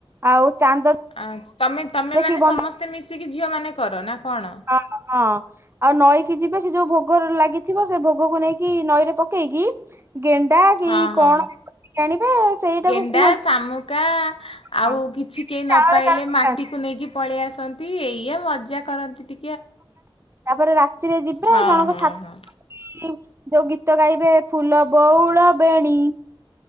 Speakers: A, on the right; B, on the left.
A: ଆଉ ଚାନ୍ଦ
B: ଆଚ୍ ତମେ ତମେ
A: ଦେଖି
B: ମାନେ
A: ବନ୍ଦ
B: ସମସ୍ତେ ମିଶିକି ଝିଅ ମାନେ କର ନା କଣ?
A: ହଁ ହଁ। ଆଉ ନଈକି ଯିବେ ସେ ଯୋଉ ଭୋଗ ଲାଗିଥିବ ସେ ଭୋଗକୁ ନେଇକି ନଈରେ ପକେଇକି। ଗେଣ୍ଡା କି
B: ହଁ ହଁ
A: କଣ? ଧରିକି ଆଣିବେ ସେଇଟାକୁ
B: ଗେଣ୍ଡା,
A: କୁହନ୍ତି
B: ଶାମୁକା ଆଉ
A: କଣ
B: କିଛି କେହି ନ
A: ଚାଳରେ
B: ପାଇଲେ
A: କାଳେ ପକାନ୍ତି
B: ମାଟିକୁ ନେଇକି। ପଳେଇ ଆସନ୍ତି ଏଇଆ ମଜା କରନ୍ତି ଟି
A: ତାପରେ ରାତିରେ ଯିବେ
B: ହଁ
A: ଜଣଙ୍କ
B: ହଁ
A: ଛା
B: ହଁ
A: ଯୋଉ ଗୀତ ଗାଇବେ ଫୁଲ ବଉଳ ବେଣୀ।